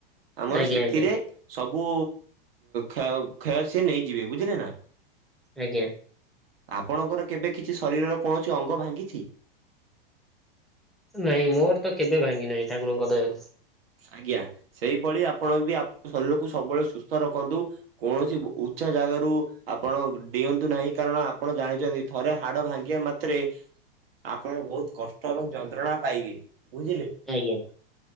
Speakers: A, on the right (about 75°); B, in the centre.
A: ଆମର
B: ଆଜ୍ଞା
A: ସେଥିରେ
B: ଆଜ୍ଞା
A: ସବୁ କ୍ଷୟ କ୍ଷୟ ସିଏ ନେଇଯିବେ ବୁଝିଲେ ନା?
B: ଆଜ୍ଞା।
A: ଆପଣଙ୍କର କେବେ କିଛି ଶରୀରର କୌଣସି ଅଙ୍ଗ ଭାଙ୍ଗିଛି?
B: ନାଇଁ ମୋର ତ କେବେ ଭାଙ୍ଗି ନାହିଁ ଠାକୁରଙ୍କ ଦୟାରୁ।
A: ଆଜ୍ଞା ସେଇଭଳି ଆପଣ ବି ଆ ଶରୀରକୁ ସବୁବେଳେ ସୁସ୍ଥ ରଖନ୍ତୁ କୌଣସି ଉଚ୍ଚା ଜାଗାରୁ ଆପଣ ଡିଅନ୍ତୁ ନାହିଁ କାରଣ ଆପଣ ଜାଣିଛନ୍ତି ଥରେ ହାଡ ଭାଙ୍ଗିବା ମାତ୍ରେ ଆପଣ ବହୁତ କଷ୍ଟ ଏବଂ ଯନ୍ତ୍ରଣା ପାଇବେ ବୁଝିଲେ?
B: ଆଜ୍ଞା